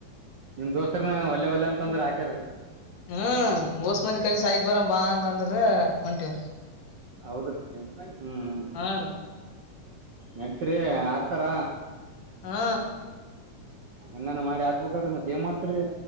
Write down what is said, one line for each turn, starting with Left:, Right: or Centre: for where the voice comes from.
Right: ನಿಮ್ ದೋಸ್ತರನ ಒಲ್ಲೆ ಒಲ್ಲೆ ಅಂತಂದ್ರ ಅಕ್
Left: ಹಾ ಮೋಸ್ ಮಾನಿಕ್ ಕಲಿ ಸಾಯಕ್ ಬರ ಬಾ ಅಂತ ಅಂದರಿ ಹೊಂಟಿವ್
Right: ಹೌದ್ರಿ ಹ್ಮ್ ಹ್ಮ್ ಹ್ಮ್
Left: ಹಾ
Right: ಹ್ಮ್
Left: ರೀ
Right: ನಡತ್ರಿ ಆಗ್ತಾರ.
Left: ಹಾ
Right: ಹೆಂಗಾನ ಮಾಡಿ ಹಾಕ್ಬೇಕಲ್ರಿ ಮತ್ ಏನ್ ಮಾಡ್ತರಿ.